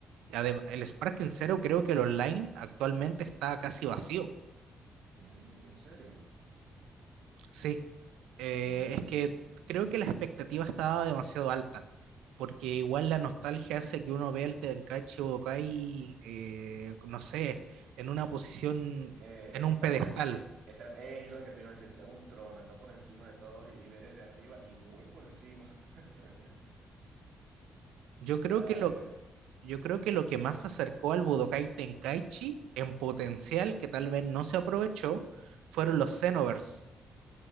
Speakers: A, on the right; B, on the right.
A: adem- el Sparking Zero creo que el online actualmente está casi vacío.
B: Mm, ¿en serio?
A: Sí, Eh,
B: Mm.
A: es que creo que la expectativa estaba demasiado alta, porque igual la nostalgia hace que uno vea al Tenkaichi Budokai, eh, no sé, en una posición,
B: Eh,
A: en un
B: eh, está
A: pedestal.
B: por enci- est- está- es lo que te iba a decir, está en un trono, está por encima de todos y, y ve desde arriba y muy por encima. <laughs>
A: Yo creo
B: Ay,
A: que lo, yo creo que lo que más se acercó al Budokai Tenkaichi en potencial,
B: Ujú,
A: que tal vez no se aprovechó, fueron
B: ujú.
A: los Xenoverse.